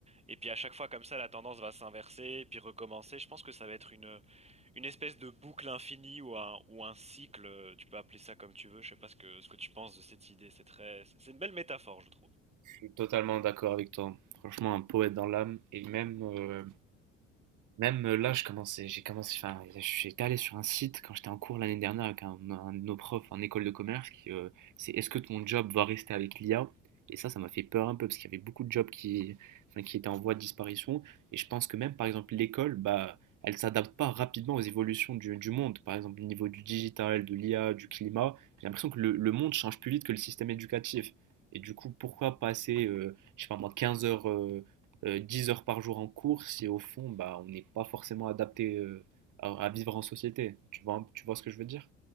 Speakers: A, on the right; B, on the right.
A: Et puis à chaque fois comme ça, la tendance va s'inverser, puis recommencer. Je pense que ça va être une, une espèce de boucle infinie ou un, ou un cycle, euh, tu peux appeler ça comme tu veux, je sais pas ce que, ce que tu penses de cette idée, c'est très, c'est une belle métaphore, je trouve.
B: Je suis totalement d'accord avec toi. Franchement, un poète dans l'âme. Et même, euh, Même euh, là, je commençais, j'ai commencé, enfin, j'étais allé sur un site quand j'étais en cours l'année dernière avec un, un de nos profs en école de commerce qui, euh, c'est est-ce que ton job va rester avec l'IA? Et ça, ça m'a fait peur un peu parce qu'il y avait beaucoup de jobs qui, enfin, qui étaient en voie de disparition. Et je pense que même, par exemple, l'école, bah, elle s'adapte pas rapidement aux évolutions du, du monde. Par exemple, au niveau du digital, de l'IA, du climat, j'ai l'impression que le, le monde change plus vite que le système éducatif. Et du coup, pourquoi passer, euh, je sais pas moi, 15 heures, euh, euh, 10 heures par jour en cours, si au fond, bah, on n'est pas forcément adapté euh, à, à vivre en société. Tu vois, un- tu vois ce que je veux dire?